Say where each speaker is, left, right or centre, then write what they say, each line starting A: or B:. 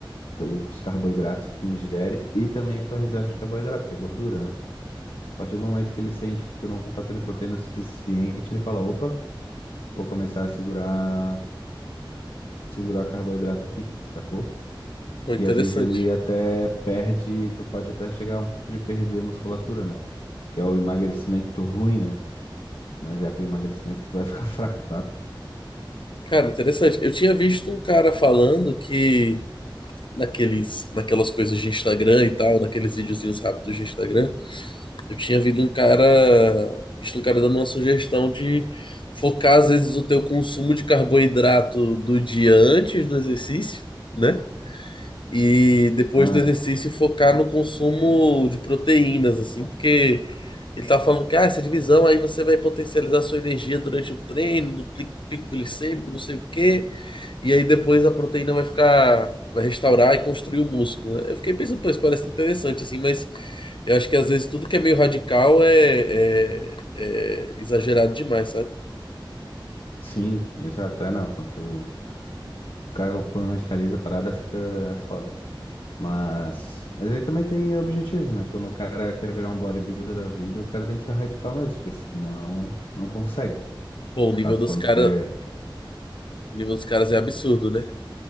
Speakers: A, on the left; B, on the left.
A: teu- os carboidratos que tu ingere e também a tua reserva de carboidrato, que é gordura, né? A partir do momento que ele sente que tu não tá tendo proteína suficiente, ele fala, opa, vou começar a segurar, segurar carboidrato aqui, sacou?
B: Pô, interessante.
A: E às vezes ele até perde, tu pode até chegar a um ponto de perder musculatura, né? Que é o emagrecimento ruim, né? Mas é aquele emagrecimento que tu vai <laughs> ficar fraco, sabe?
B: Cara, interessante. Eu tinha visto um cara falando que naqueles, naquelas coisas de Instagram e tal, naqueles videozinhos rápidos de Instagram. Eu tinha visto um cara, visto um cara dando uma sugestão de focar às vezes o teu consumo de carboidrato do dia antes do exercício, né? E depois
A: Ah,
B: do exercício focar no consumo de proteínas, assim, porque ele tá falando que ah, essa divisão aí você vai potencializar sua energia durante o treino, do pli- pico glicêmico, não sei o quê, e aí depois a proteína vai ficar, vai restaurar e construir o músculo, né? Eu fiquei pensando, pô, isso parece interessante, assim, mas eu acho que às vezes tudo que é meio radical é, é- é exagerado demais, sabe?
A: sim, exato. É, não, quando o cara quando radicaliza a parada fica é foda. Mas, mas aí também tem objetivos, né? Quando o cara quer virar um bodybuilder da vida, o cara tem que ser radical mesmo, porque senão não consegue,
B: Pô, o
A: sabe?
B: nível dos
A: Quando
B: caras,
A: quer
B: o nível dos caras é absurdo, né?